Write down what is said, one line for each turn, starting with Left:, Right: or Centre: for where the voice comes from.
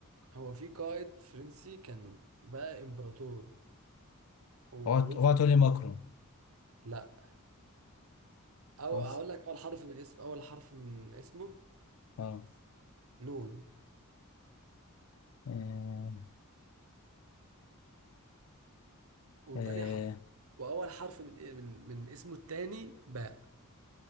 Right: هو في قائد فرنسي كان بقى امبراطور ومعروف
Left: اوعى اوعى تقولي ماكرون
Right: لا او
Left: كويس
Right: اقول لك اول حرف من اسم اول حرف من اسمه
Left: اه
Right: نون
Left: آه،
Right: وتاني
Left: آه،
Right: ح... واول حرف من إيه، من من اسمه التاني باء